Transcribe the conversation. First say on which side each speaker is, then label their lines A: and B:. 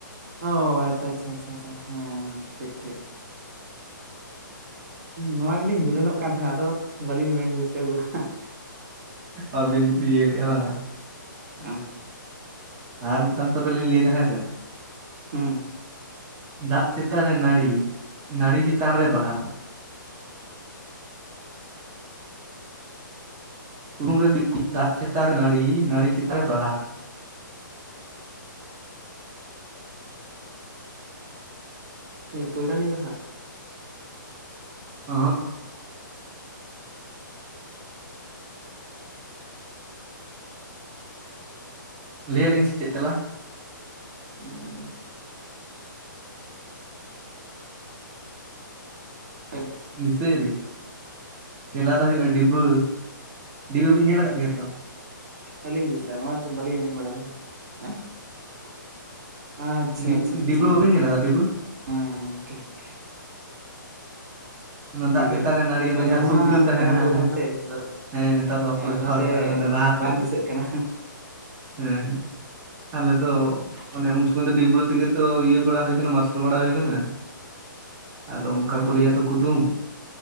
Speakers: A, on the right (about 50°); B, on the right (about 25°).
A: ᱚ ᱟᱪᱪᱷᱟ ᱟᱪᱪᱷᱟ ᱟᱪᱪᱷᱟ ᱟᱪᱪᱷᱟ ᱦᱮᱸ ᱦᱮᱸ ᱴᱷᱤᱠ ᱴᱷᱤᱠ᱾ ᱱᱚᱣᱟ ᱜᱮᱞᱤᱧ ᱜᱩᱱᱟᱹᱱᱚᱜ ᱠᱟᱱ ᱛᱟᱦᱮᱱᱟ ᱟᱫᱚ ᱵᱟᱹᱞᱤᱧ ᱢᱮᱱ ᱯᱩᱥᱴᱟᱹᱣ ᱠᱟᱜ-ᱦᱟ ᱾
B: ᱟᱵᱤᱱ ᱤᱭᱟᱹ ᱞᱮᱜ-ᱟ ᱵᱟᱝ-ᱟ
A: ᱟᱦ
B: ᱟᱨ ᱢᱤᱫᱴᱟᱱ ᱛᱚᱵᱮ ᱞᱤᱧ ᱞᱟᱹᱭ ᱮᱫᱟ ᱦᱮᱸ ᱥᱮ᱾
A: ᱦᱩᱸ
B: ᱫᱟᱜ ᱪᱮᱛᱟᱱ ᱨᱮ ᱱᱟᱹᱲᱤ, ᱱᱟᱹᱲᱤ ᱪᱮᱛᱟᱱ ᱨᱮ ᱵᱟᱦᱟ ᱾ ᱠᱩᱫᱩᱢ ᱨᱮ ᱠᱩᱲᱤᱫ ᱠᱩᱲᱤᱫ ᱫᱟᱜ ᱪᱮᱛᱟᱱ ᱨᱮ ᱱᱟᱹᱲᱤ, ᱱᱟᱹᱲᱤ ᱪᱮᱛᱟᱱ ᱨᱮ ᱵᱟᱦᱟ᱾
A: ᱪᱮᱫ ᱯᱚᱭᱨᱟᱱᱤ ᱵᱟᱦᱟ?
B: ᱚᱸᱦᱚᱜ ᱞᱟᱹᱭ ᱟᱞᱤᱧ ᱥᱮ ᱪᱮᱫ ᱛᱮᱞᱟ?
A: ᱚ <inaudible> ᱛ <inaudible>
B: ᱫᱤᱥᱟᱹᱭᱮᱫᱟ ᱵᱤᱱ ᱛᱮᱞᱟ ᱫᱚ ᱦᱩᱭᱩᱜᱼᱟ ᱰᱤᱵᱟᱹ, ᱰᱤᱵᱟᱹ ᱵᱤᱱ ᱧᱮᱞ ᱟᱠᱟᱫ ᱜᱮᱭᱟ ᱛᱚ᱾
A: ᱟᱞᱤᱧ ᱛᱤᱥᱫᱚ ᱱᱚᱣᱟ ᱠᱚ ᱵᱟᱞᱤᱧ ᱟᱡᱚᱢ ᱵᱟᱲᱟ ᱠᱟᱫᱟ ᱾ <unintelligible> ᱟᱪᱪᱷᱟ
B: ᱰᱤᱵ
A: ᱟᱪᱪᱷᱟ ᱟᱪᱪᱷᱟ
B: ᱰᱤᱵᱟᱹ ᱵᱟᱹᱵᱤᱱ ᱧᱮᱞ ᱟᱠᱟᱫᱟ ᱰᱤᱵᱟᱹ
A: ᱦᱮᱸ ᱦᱮᱸ ᱴᱷᱤᱠ ᱾
B: ᱚᱱᱟ
A: ᱡᱤ
B: ᱫᱟᱜ ᱪᱮᱛᱟᱱ ᱨᱮ ᱱᱟᱹᱲᱤ,
A: ᱟᱫᱚ
B: ᱚᱱᱟ
A: ᱱᱮᱛᱟᱨ
B: ᱡᱟᱦᱟᱸ ᱥᱩᱞᱛᱟᱹ
A: ᱢᱟ ᱚᱱᱠᱟ
B: ᱛᱟᱦᱮᱱᱟ
A: ᱠᱚ
B: ᱦᱮᱸ
A: ᱵᱮᱵᱚᱦᱟᱨ
B: ᱦᱮᱸ
A: ᱫᱟ ᱟᱫᱚ
B: ᱾ ᱦᱮᱸ ᱱᱮᱛᱟᱨ ᱫᱚ ᱵᱟᱠᱚ
A: ᱟᱫᱚ
B: ᱵᱮᱵᱷᱟᱨ
A: ᱚᱱᱟᱛᱮ
B: ᱫᱟ ᱞᱟᱦᱟᱛᱮ
A: ᱵᱟᱝ ᱫᱤᱥᱟᱹᱜ ᱠᱟᱱᱟ
B: ᱦᱮᱸ ᱟᱞᱮ ᱫᱚ ᱢᱟᱱᱮ ᱩᱱ ᱥᱚᱢᱚᱭ ᱫᱚ ᱰᱤᱵᱟᱹ ᱛᱮᱜᱮ ᱛᱚ ᱤᱭᱟᱹ ᱵᱟᱲᱟ ᱦᱩᱭ ᱠᱟᱱᱟ ᱢᱟᱨᱥᱟᱞ ᱵᱟᱲᱟ ᱦᱩᱭᱩ ᱠᱟᱱᱟ ᱾
A: <inaudible>
B: ᱟᱫᱚ ᱚᱱᱠᱟ
A: ᱦᱩᱸ
B: ᱠᱚ ᱞᱟᱹᱭᱟ ᱛᱚ ᱠᱩᱫᱩᱢ,